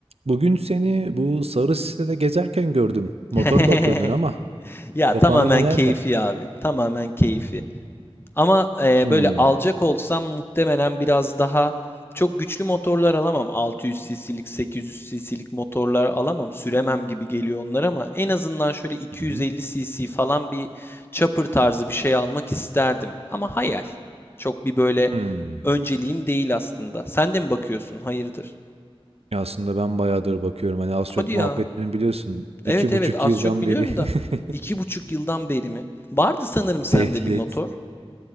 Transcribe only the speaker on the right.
Bugün seni bu sarı sitede gezerken gördüm. Motor
bakıyordun ama
kafanda
neler
var?
Hmm.
Hı hı.
Hmm.
Ya Aslında ben bayağıdır bakıyorum. Hani az çok
muhabbetini
biliyorsun.
İki
buçuk
yıldan
beri
<laughs>
ehliyet.